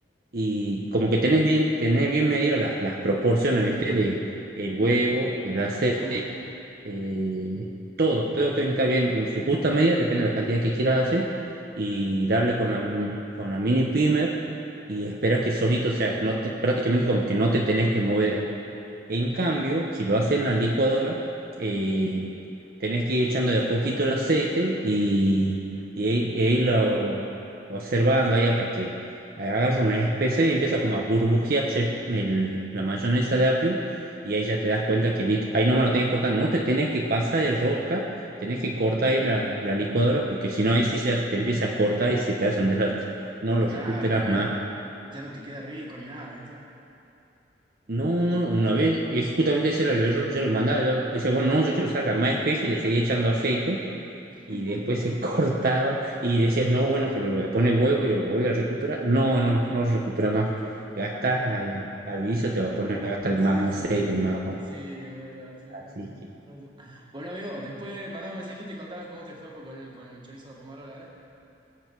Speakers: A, on the right; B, on the right.
A: y como que tenés bien, tenés bien medido las, las proporciones, ¿viste? De el huevo,
B: De-
A: el aceite,
B: sí.
A: eh, todo, todo tiene que estar bien en su justa medida, depende de la cantidad que quieras hacer, y darle con la, con la mini primer y esperar que solito, o sea, no te- prácticamente como que no te tenés que mover en cambio, si lo haces en la licuadora, eh, tenés que ir echando de a poquito el aceite y, y, ir- e irlo observando ahí hasta que hagas una especie y empieza como a burbujear che, el- la mayonesa de apio y ahí ya te das cuenta que listo, ahí nomás lo tenés que cortar, no te tenés que pasar de rosca, tenés que cortar ahí la, la licuadora porque si no ahí sí se te empieza a cortar y se te hace un desastre, no lo
B: Claro,
A: recuperas
B: pues
A: más.
B: ahí ya no te queda rico ni nada, ¿viste?
A: No, no, no, una vez, es justamente ese era el error que yo le mandaba. Yo decía, bueno, no, yo quiero que salga más espeso y le seguía echando aceite
B: <laughs>
A: y después se <laughs> cortaba y decías, no, bueno, pero le voy a poner huevo y lo vuelve a recuperar. No, no, no recupera más. Gastas al, al guiso, te va a poner a gastar en
B: Sí,
A: más aceite,
B: sí,
A: en más huevo.
B: sí, es verdad, sí me
A: Así
B: pasó, me
A: que,
B: pasó. Bueno, amigo, después mandame un mensajito y contame cómo te fue con el, con el chorizo de la pomarola,